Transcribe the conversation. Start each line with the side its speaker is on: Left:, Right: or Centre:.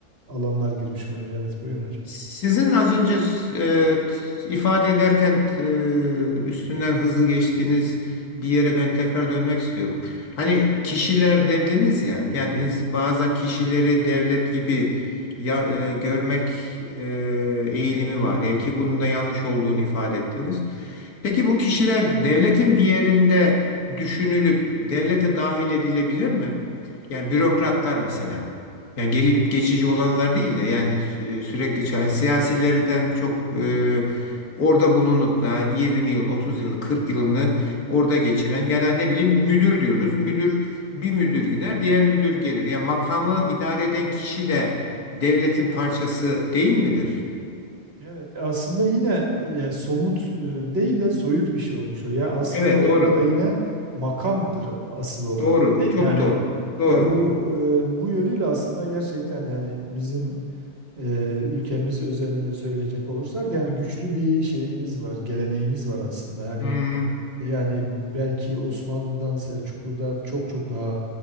Right: e, alanlar girmiş oluyor. Evet, buyurun hocam.
Left: Sizin az önce e, t- ifade ederken e, üstünden hızlı geçtiğiniz bir yere ben tekrar dönmek istiyorum. Hani kişiler dediniz ya, yani ins- bazen kişileri devlet gibi ya, e, görmek e, eğilimi var ya ki bunun da yanlış olduğunu ifade ettiniz. Peki bu kişiler devletin bir yerinde düşünülüp devlete dahil edilebilir mi? Yani bürokratlar mesela. Yani gelip geçici olanlar değil de yani sü- sürekli ça- siyasilerden çok e, orada bulunup da 20 yılın, 30 yılını, 40 yılını orada geçiren ya da ne bileyim müdür diyoruz. Müdür bir müdür gider, diğer müdür gelir. Yani makamı idare eden kişi de devletin parçası değil midir?
Right: Evet, aslında yine e, yani somut e, değil de soyut bir şey olmuş o. Ya aslında
Left: Evet,
Right: orada
Left: doğru.
Right: da yine makamdır asıl olan,
Left: Doğru.
Right: değil
Left: Çok
Right: mi? Yani
Left: doğru. Doğru.
Right: Ya bu e, bu yönüyle aslında gerçekten yani bizim e, ülkemiz özelinde söyleyecek olursak yani güçlü bir şeyimiz var, geleneğimiz var aslında. Yani
Left: Hmm,
Right: yani belki Osmanlı'dan, Selçuklu'dan çok çok daha